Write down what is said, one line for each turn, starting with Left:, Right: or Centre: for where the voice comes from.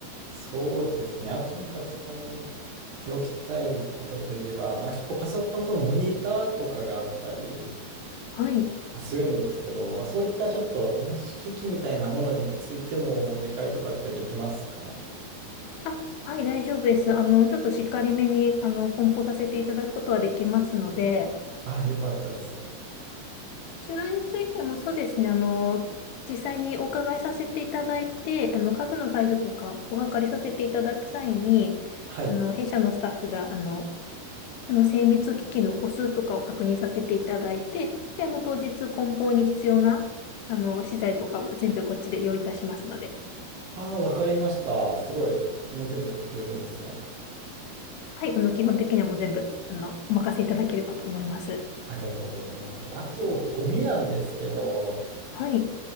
Right: そうですね。あとなんか伝えておきたいことといえば、まあ結構パソコンのモニターとかがあったり、
Left: はい。
Right: するんですけど、まあ、そういったちょっと電子機器みたいなものについてもお願いとかってできますかね。
Left: あ、はい、大丈夫です。あの、ちょっとしっかりめに、あの、梱包させていただくことはできますので、
Right: ああ、よかったです。
Left: こちらについてもそうですね、あの、実際にお伺いさせていただいて、あの、家具のサイズとかお測りさせていただく際に、
Right: はい。
Left: あの、弊社のスタッフが、あの、あの精密機器の個数とかを確認させていただいて、で、あの、当日梱包に必要な、あの、資材とかは全部こっちで用意いたしますので。
Right: ああ、わかりました。すごい。もう全部やってくれるんですね。
Left: はい、あの、基本的にはもう全部、あの、お任せいただければと思います。
Right: ありがとうございます。あと、ゴミなんですけど、
Left: はい。